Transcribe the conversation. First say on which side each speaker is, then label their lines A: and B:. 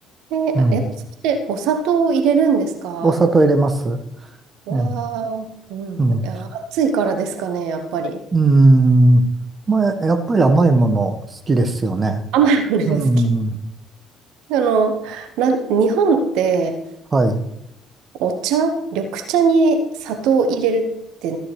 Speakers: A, on the right; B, on the right.
A: ねあえ、
B: うん、
A: そしてお砂糖を入れるんですか
B: お砂糖入れます。
A: わあ、
B: ええ、
A: うん。
B: うん、
A: いや、
B: う
A: 暑いからですかね、やっぱり。
B: ーん、まあ、やっぱり甘いもの好きですよね。
A: 甘いものが好き。
B: うん。
A: あの、なん、日本って、
B: はい。
A: お茶、緑茶に砂糖を入れるって、